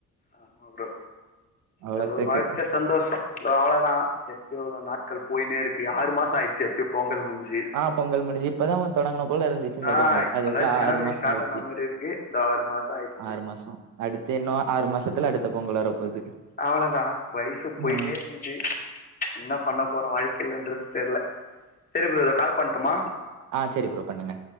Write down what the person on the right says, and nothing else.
அவ்வளோத்துக்கு.
ஆ பொங்கல் முடிஞ்சு இப்பதான் தொடங்குன போல இருந்துச்சு இந்த
பொங்கல்.
அதுக்குள்ள
மாசம்
ஆயிடுச்சு.
ஆறு மாசோ அடுத்து என்னவோ ஆறு மாசத்துல அடுத்த பொங்கல் வரப்போது
ஆ
ஆ செரி ப்ரோ பண்ணுங்க